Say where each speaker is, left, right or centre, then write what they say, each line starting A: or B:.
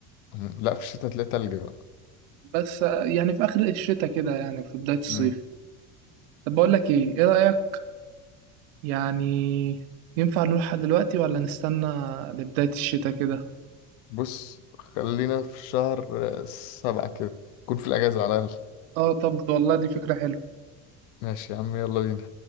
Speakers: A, on the left; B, on the right.
A: أمم. <laughs> لا في الشتاء تلاقي تلج بقى
B: بس آه، يعني في اخر الشتاء كده يعني في بدايه الصيف
A: مم.
B: طب بقول لك ايه ايه رايك يعني ينفع نروحها دلوقتي ولا نستنى لبدايه الشتاء كده
A: بص خلينا في شهر آه، سبعة كده نكون في الأجازة على الأقل
B: اه طب والله دي فكره حلوه
A: ماشي يا عم يلا بينا